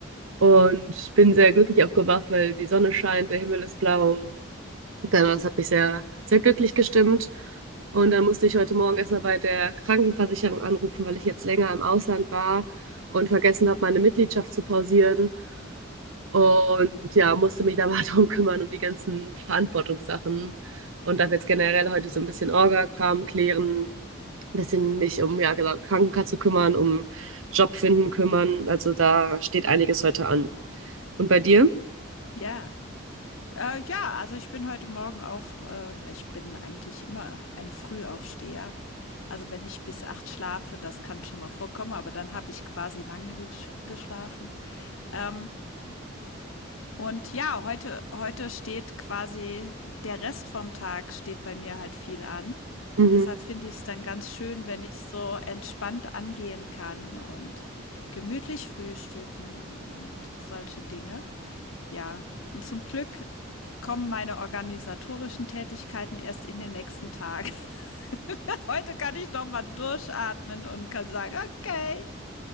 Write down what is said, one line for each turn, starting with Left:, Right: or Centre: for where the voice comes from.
Right: Und bin sehr glücklich aufgewacht, weil die Sonne scheint, der Himmel ist blau. Und dann, das hat mich sehr, sehr glücklich gestimmt. Und dann musste ich heute Morgen erstmal bei der Krankenversicherung anrufen, weil ich jetzt länger im Ausland war und vergessen habe, meine Mitgliedschaft zu pausieren. Und ja, musste mich da <laughs> mal drum kümmern, um die ganzen Verantwortungssachen. Und darf jetzt generell heute so ein bisschen Orga-Kram klären, ein bisschen mich um, ja, genau, Krankenkasse kümmern, um Job finden kümmern. Also da steht einiges heute an. Und bei dir?
Left: Ja. Äh, ja, also ich bin heute Morgen auch, äh, ich bin eigentlich immer ein Frühaufsteher. Also wenn ich bis acht schlafe, das kann schon mal vorkommen, aber dann habe ich quasi lange gesch- geschlafen. Ähm, Und ja, heute, heute steht quasi der Rest vom Tag steht bei mir halt viel an.
Right: Mhm.
Left: Deshalb finde ich es dann ganz schön, wenn ich es so entspannt angehen kann und gemütlich frühstücken und solche Dinge. Ja, und zum Glück kommen meine organisatorischen Tätigkeiten erst in den nächsten Tag. <laughs> Heute kann ich doch mal durchatmen und kann sagen, okay,